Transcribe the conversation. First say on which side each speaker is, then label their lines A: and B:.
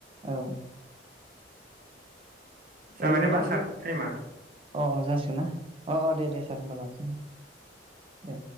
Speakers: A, on the right (about 30°); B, on the right (about 50°).
A: औ
B: जाबाय
A: ओरैनो
B: नामा
A: दामफे
B: सार टाइमा?
A: अ अ जासिगोनना। अ अ दे दे सार होमबा ला उम दे।